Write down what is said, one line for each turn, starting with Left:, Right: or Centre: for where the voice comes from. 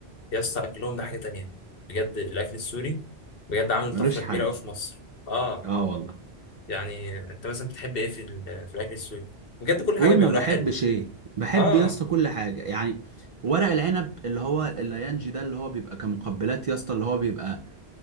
Left: يا اسطى اكلهم ده حاجه تانية بجد الاكل السوري بجد عامل
Right: ملوش
Left: طفره كبيره
Right: حل
Left: قوي في مصر اه
Right: اه والله
Left: يعني انت مثلا بتحب ايه في ال- في الاكل السوري بجد كل
Right: قول
Left: حاجه بيعملوها
Right: ما بحبش
Left: حلوه
Right: ايه بحب
Left: اه
Right: يا اسطى كل حاجه يعني ورق العنب اللي هو الليانجي ده اللي هو بيبقى كمقبلات يا اسطى اللي هو بيبقى